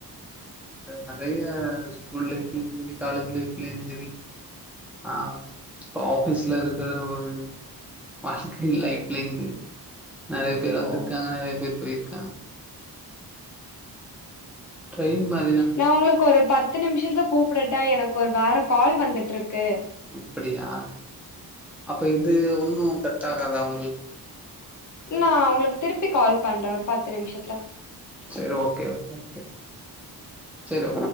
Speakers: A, in the centre; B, on the left.
A: நறைய ஸ்கூல் லைஃப்லயு சரி காலேஜ் லைஃப்லயு சரி அ ஆஃபீஸ்ல இருக்கிற ஒரு பர்ஸ்னல் லைஃப்லேந்து நறைய பேர் வந்திருக்காங்க
B: ஓ
A: நறைய பேர் போயிருக்கா ட்ரைன் மார்
B: நா உங்களுக்கு ஒரு பத்து நிமிஷத்துல கூப்படட்டா எனக்கு ஒரு வேற கால் வந்துட்ருக்கு
A: அப்டியா அப்ப இது ஒன்னு கட் ஆகாதா உங்
B: இல்ல நா உங்களுக்கு திருப்பி கால் பண்றே ஒரு பத்து நிம்ஷத்துல
A: செரி ஓகே <unintelligible> செரி